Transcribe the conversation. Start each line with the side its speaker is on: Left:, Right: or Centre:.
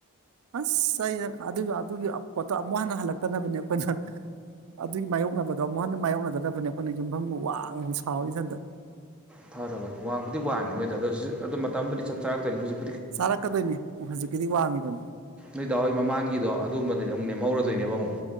Right: ꯑꯁ ꯑꯩꯅ ꯑꯗꯨ ꯑꯗꯨꯒꯤ ꯄꯣꯠꯇꯣ ꯑꯃꯨꯛ ꯍꯟꯅ ꯍꯜꯂꯛꯇꯅꯕꯅꯦ ꯑꯩꯈꯣꯏꯅ ꯑꯗꯨꯒꯤ ꯃꯥꯏꯌꯣꯛꯅꯕꯗꯣ ꯑꯃꯨꯛ ꯍꯟꯅ ꯃꯥꯥꯏꯌꯣꯛꯅꯗꯅꯕꯅꯦ ꯑꯩꯈꯣꯏꯅ ꯌꯨꯝꯐꯝꯒ ꯋꯥꯡ ꯉꯥꯡ ꯁꯥꯎꯔꯤꯁꯤꯟꯗ
Centre: ꯐꯔꯕꯅꯤ ꯋꯥꯡꯕꯨꯗꯤ ꯋꯥꯡꯉꯦ ꯅꯣꯏꯗ ꯑꯗꯣ ꯍꯧꯖꯤꯛ ꯑꯗꯨ ꯃꯇꯝꯗꯨꯗꯤ ꯆꯞ ꯆꯥꯔꯛꯇꯣꯏꯅꯤ ꯍꯧꯖꯤꯛ
Right: ꯁꯔ ꯀꯗꯣꯏꯅꯤ ꯍꯧꯖꯤꯛ ꯀꯗꯤ ꯋꯥꯍꯉꯅꯤ ꯄ
Centre: ꯅꯣꯏꯗꯥ ꯍꯏ ꯃꯃꯥꯡꯒꯤꯗꯣ ꯑꯗꯨꯝꯕꯗꯗꯤ ꯑꯃꯨꯛ ꯅꯦꯝꯍꯧꯔꯗꯣꯏꯅꯦꯕ ꯑꯃꯨꯛ